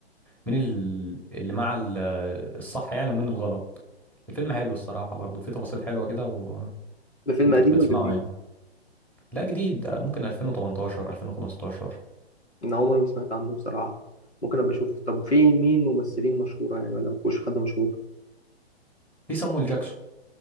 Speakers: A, in the centre; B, on the left.
A: مين ال- اللي مع ال- الصح يعني ومين الغلط الفيلم حلو الصراحة برضه فيه تفاصيل حلوة كده وممكن
B: ده فيلم قديم
A: تبقى تسمعه
B: ولا جديد
A: يعني لا جديد ممكن 2018 2015
B: انا عمري ما سمعت عنه بصراحة ممكن ابقى اشوف طب في مين ممثلين مشهورة يعني ولا مفيش حد مشهور
A: في صامويل جاكسون